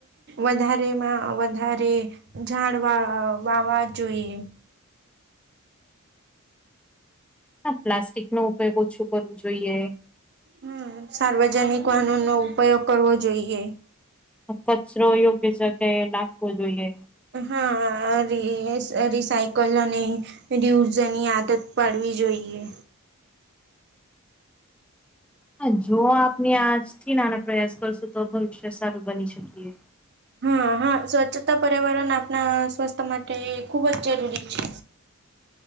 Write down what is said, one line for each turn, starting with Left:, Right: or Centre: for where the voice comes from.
Right: વધારેમાં વધારે ઝાડવા વાવા જોઈએ.
Centre: ના પ્લાસ્ટિક નો ઉપયોગ ઓછું કરવો જોઈએ.
Right: હમ્મ, સાર્વજનિક વાહનો નો ઉપયોગ કરવો જોઈએ.
Centre: કચરો યોગ્ય જકે એ નાખવો જોઈએ.
Right: હા રિઈઈ રિસાઇકલો ની ઈડી ઉર્જા ની આદત પાડવી જોઈએ.
Centre: હ જો આપને આજ થી નાના પ્રયાસ કરસું, તો ભવિષ્ય સારુ બની શકીએ.
Right: હા હા સ્વચ્છતા પર્યાવરણ આપના સ્વસ્થ્ય માટે ખુબ જ જરૂરી છે.